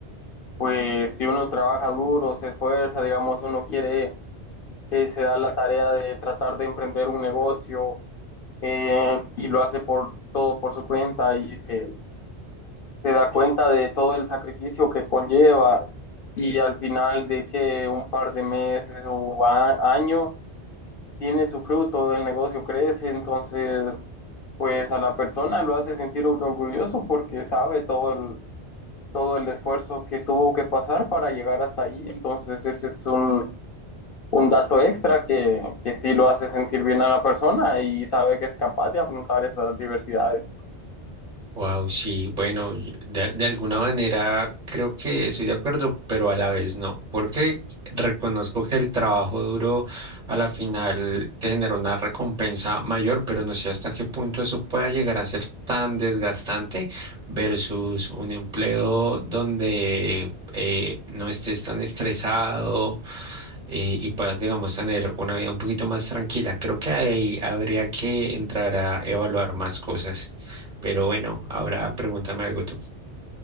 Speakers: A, on the left (about 55°); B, on the right (about 35°).
A: pues si uno trabaja duro, se esfuerza, digamos, uno quiere, eh, se da la tarea de tratar de emprender un negocio eh, y lo hace por todo por su cuenta y se, se da cuenta de todo el sacrificio que conlleva y al final de que un par de meses o a- año tiene su fruto, el negocio crece, entonces pues a la persona lo hace sentir orgulloso porque sabe todo el todo el esfuerzo que tuvo que pasar para llegar hasta ahí. Entonces, ese es un, un dato extra que, que sí lo hace sentir bien a la persona y sabe que es capaz de afrontar esas diversidades.
B: Wow, sí, bueno, y de, de alguna manera creo que estoy de acuerdo, pero a la vez no, porque reconozco que el trabajo duro a la final te genera una recompensa mayor, pero no sé hasta qué punto eso pueda llegar a ser tan desgastante versus un empleo donde eh, no estés tan estresado eh, y puedas, digamos, tener una vida un poquito más tranquila. Creo que ahí habría que entrar a evaluar más cosas. Pero bueno, ahora pregúntame algo tú.